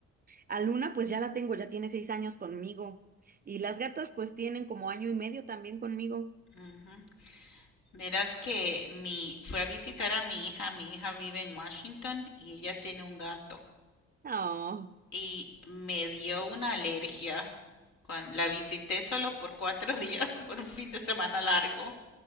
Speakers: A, on the right; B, on the left.
A: A Luna, pues ya la tengo, ya tiene seis años conmigo. Y las gatas, pues tienen como año y medio también conmigo.
B: Ujú. Verás que mi, fui a visitar a mi hija. Mi hija vive en Washington y ella tiene un gato.
A: Oh,
B: Y me dio una alergia. Cuando la visité solo por cuatro <laughs> días, por un fin de semana largo.